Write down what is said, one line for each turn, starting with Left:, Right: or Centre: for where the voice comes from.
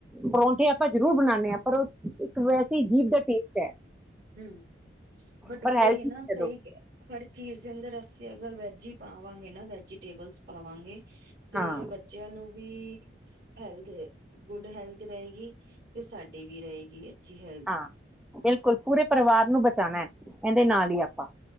Centre: ਪਰੌਂਠੇ ਆਪਾਂ ਜਰੂਰ ਬਣਾਉਦੇ ਹਾਂ ਪਰ ਉਹ ਵੈਸੇ ਜੀਭ ਦਾ ਟੇਸਟ ਹੈ
Right: ਹਮ ਬਟ
Centre: ਪਰ
Right: ਉਹੀ
Centre: ਹੈਲਥੀ
Right: ਨਾ
Centre: ਜਦੋਂ
Right: ਸਹੀ ਕਿ ਹਰ ਚੀਜ਼ ਦੇ ਅੰਦਰ ਅ ਅਗਰ ਵੈਜੀ ਹੀ ਪਾਵਾਂਗੇ ਨਾ ਵੈਜੀਟੇਬਲਸ ਪਾਵਾਂਗੇ ਤੇ
Centre: ਹਾਂ
Right: ਬੱਚਿਆਂ ਨੂੰ ਵੀ <unintelligible> ਹੈਲਥ ਗੁੱਡ ਹੈਲਥ ਰਹੇਗੀ, ਤੇ ਸਾਡੀ ਵੀ ਰਹੇਗੀ। ਜੀ ਹੈਲਦ
Centre: ਹਾਂ ਬਿਲਕੁਲ ਪੂਰੇ ਪਰਿਵਾਰ ਨੂੰ ਬਚਾਣਾ ਹੈ। ਕਹਿੰਦੇ ਨਾਲ
Right: ਹਮ
Centre: ਹੀ ਆਪਾਂ,